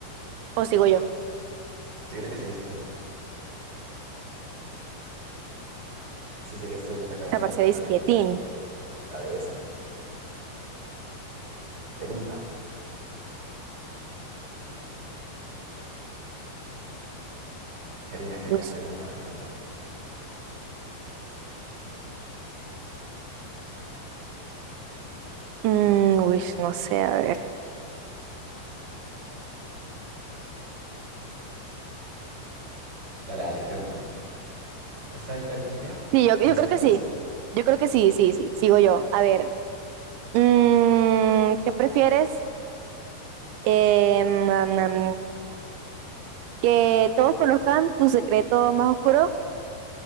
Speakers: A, on the right; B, on the right.
A: ¿O sigo yo?
B: yo creo que sigues tú. Sí, sigues tú. Yo te acabé
A: Esta
B: de preguntar
A: parcela es
B: la
A: quietín.
B: de, la de esa. Pregúntame. Karina, Karina,
A: Pues,
B: pregúntame, pregúntame.
A: mm, uy, no sé, a ver.
B: Dale, dale, pregúntame. O sea, y cualquiera,
A: Sí, yo, yo
B: piénsala,
A: creo que
B: piénsala.
A: sí. Yo creo que sí, sí, sí. Sigo yo. A ver, mm, ¿qué prefieres? Eh, nam, nam, ¿que todos conozcan tu secreto más oscuro